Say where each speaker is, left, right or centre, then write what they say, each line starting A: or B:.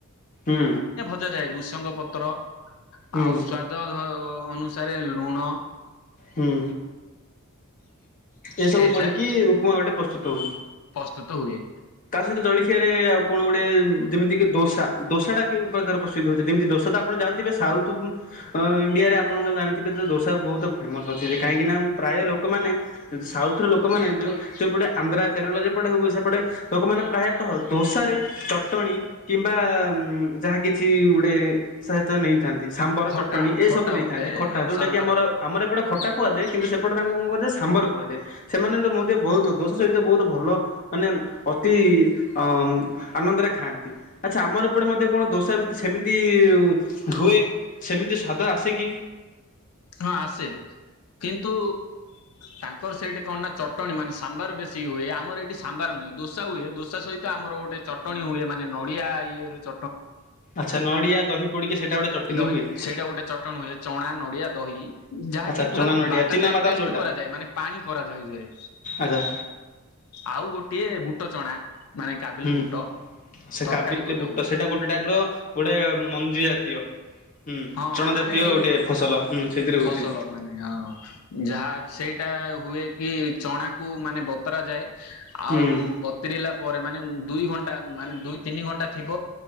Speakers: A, on the left; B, on the left.
A: ଉଁ।
B: ଭଜା ଯାଏ। ଭୁଷଙ୍ଗ ପତ୍ର
A: ହୁଁ
B: ଆଉ ସ୍ଵାଦ ଧ ଅନୁସାରେ ଲୁଣ।
A: ହୁଁ ଏସବୁ
B: ଏଯାଏ
A: ପଡିକି ଉପମା ଗୋଟେ ପ୍ରସ୍ତୁତ୍ ତା
B: ପ୍ରସ୍ତୁତ ହୁଏ
A: ସହିତ ଜଳିଖିଆ ରେ ଆଉ କଣ ଗୋଟେ ଯେମିତିକି ଦୋସା ଦୋସାଟା କେଉଁ ପ୍ରକାର ପ୍ରସ୍ତୁତ ହଉଛି। ଯେମିତି ଦୋସା ତ ଆପଣ ଜାଣିଥିବେ ସାଉଥୁ ଇଣ୍ଡିଆ ଆପଣ ତ ଜାଣିଥିବେ ଯେ ଦୋସା ବହୁତ ଫେମସ୍ ଅଛି। କାହିଁକି ନା ପ୍ରାୟ ଲୋ ଲୋକମାନେ ସାଉଥ ର ଲୋକମାନେ ଯଉ ସେପଟେ ଆନ୍ଧ୍ରା, କେରଳ ଯେପଟେ ହଉ ସେପଟେ ଲୋକମାନେ ପ୍ରା ତ ଦୋସାରେ ଚଟଣି କିମ୍ବା ଯାହା କିଛି ଗୋଟେ ସହିତ ନେଇଥା ସାମ୍ବର
B: ଖଟା
A: ଚଟଣୀ ଏସବୁ
B: ଖଟା
A: ନେଇଥାନ୍ତି,
B: ହୋଇଥାଏ
A: ଖଟା
B: ହଁ
A: ଯଉଟା
B: ସାମ୍ବାର
A: କି ଆମର ଆମର ଏପଟେ ଖଟା କୁହାଯାଏ। କିନ୍ତୁ ସେପଟେ ତାଙ୍କୁ କଣ ସାମ୍ବର କୁହାଯାଏ। ସେମାନ ତ ମଧ୍ୟ ବହୁତୁ ଦୋସା ସହିତ ବହୁତ ଭଲ ମାନେ ଅତି ହଁ ଆନନ୍ଦରେ ଖାଆନ୍ତି। ଆଚ୍ଛା ଆମର ଏପଟେ ମଧ୍ୟ କଣ ଦୋସା ବି ସେମିତି ହୁଏ ସେମିତି ସ୍ୱାଦ ଆସେ କି?
B: ହଁ ଆସେ କିନ୍ତୁ ତାଙ୍କର ସେଇଠି କଣ ନା ଚଟଣୀ, ମାନେ ସାମ୍ବର ବେଶୀ ହୁଏ। ଆମର ଏଇଠି ସାମ୍ବାର ନୁହେଁ ଦୋସା ହୁଏ। ଦୋସା ସହିତ ଆମର ଗୋଟେ ଚଟଣୀ ହୁଏ। ମାନେ ନଡ଼ିଆ ଇଏ ରେ ଚ
A: ଆଚ୍ଛା ନଡ଼ିଆ, ଦହି ପଡିକି ସେଇଟା ଗୋଟେ ଚଟଣି
B: ଦହି
A: ହୁଏ।
B: ସେଇଟା ଗୋଟେ ଚଟଣ ହୁଏ। ଚଣା, ନଡିଆ, ଦହି ଯାହାକି
A: ଆଚ୍ଛା
B: ପୁରା
A: ଚଣା ନଡ଼ିଆ
B: ବାଟା
A: ଚିନା
B: ଯାଏ
A: ବାଦାମ
B: ପେଷ୍ଟେ
A: ଯୋଉଟା
B: କରାଯାଏ, ମାନେ ପାଣି କରାଯାଏ ଯାଏ।
A: ଆଚ୍ଛା।
B: ଆଉ ଗୋଟିଏ ବୁଟ, ଚଣା ମାନେ କାବିଲି
A: ହୁଁ
B: ବୁଟ।
A: ସେ
B: ତରକାରୀ
A: କାବିଲି
B: ଗୋଟେ
A: ବୁଟ,
B: ହୁଏ
A: ସେଇଟା ଗୋଟେ ଟାଇପ ର ଗୋଟେ ମଞ୍ଜି ଜାତୀୟ ହୁଁ
B: ହଁ!
A: ଚଣା
B: ମାନେ
A: ଜାତୀୟ
B: ଏଇ
A: ଗୋଟେ ଫସଲ ହୁଁ ସେଥିରେ
B: ଫସଲ
A: ହଉଛି।
B: ମାନେ ହଁ! ଯାହା ସେଇଟା ହୁଏ କି, ଚଣାକୁ ମାନେ ବତରାଯାଏ, ଆଉ
A: ହୁଁ
B: ବତରିଲା ପରେ, ମାନେ ଉ ଦୁଇ ଘଣ୍ଟା ମାନେ, ଦୁଇ ତିନି ଘଣ୍ଟା ଥିବ,